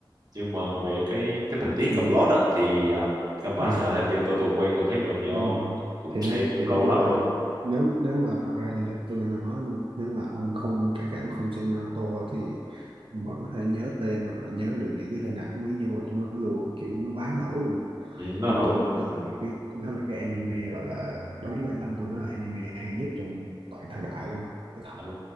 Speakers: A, on the right; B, on the right.
A: nhưng mà về cái cái tình tiết
B: Ừ.
A: cái plot á thì à, căn bản
B: Ờ,
A: là hình như tôi từng quên gần hết rồi do
B: đúng rồi
A: cũng
B: thì
A: xem
B: nói thì
A: cũng
B: nói
A: lâu
B: chung
A: lắm
B: là
A: rồi á.
B: nếu nếu mà thật ra như đợt tôi nói nếu mà ông không kể cả ông không xem Naruto thì ông vẫn có thể nhớ tên hoặc là nhớ được những cái hình ảnh của mấy nhân vật trong nó luôn kiểu nó quá nổi luôn
A: ừ, nó
B: như
A: nổi
B: tôi như nó là cái nó là cái anime gọi là đối với bản thân tôi nó là anime hay nhất trong toàn thời đại luôn Tôi thật
A: Ờ,